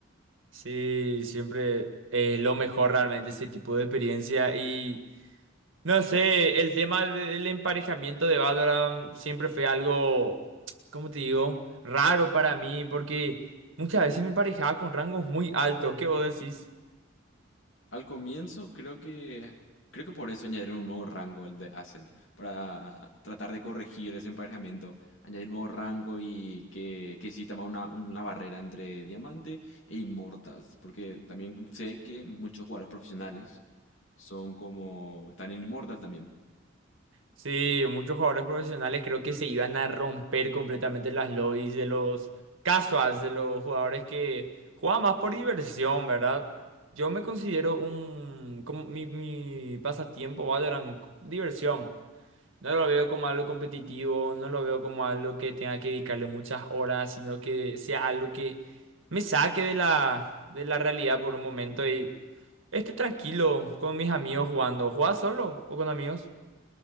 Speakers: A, on the right; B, on the left.
A: Sí, siempre es lo mejor realmente ese tipo de experiencia. Y no sé, el tema de- del emparejamiento de Valorant siempre fue algo, ¿cómo te digo? Raro para mí, porque muchas veces me emparejaba con rangos muy altos. ¿Qué vos decís?
B: Al comienzo creo que creo que por eso añadieron un nuevo rango el de Ascent para tratar de corregir ese emparejamiento, añadir un nuevo rango y que que exista más una, una barrera entre diamante e inmortals, porque también sé que muchos jugadores profesionales son como están en inmortal también.
A: Sí, muchos jugadores profesionales creo que se iban a romper completamente las lobbies de los casuals, de los jugadores que juegan más por diversión, ¿verdad? Yo me considero un... como mi, mi pasatiempo, Valorant, diversión. No lo veo como algo competitivo, no lo veo como algo que tenga que dedicarle muchas horas, sino que sea algo que me saque de la, de la realidad por un momento y esté tranquilo con mis amigos jugando. ¿Juegas solo o con amigos?